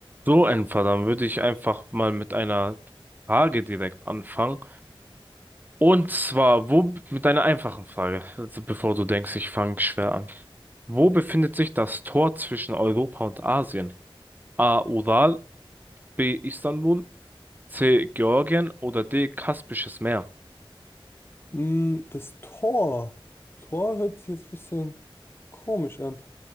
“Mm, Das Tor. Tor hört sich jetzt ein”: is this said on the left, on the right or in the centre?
Left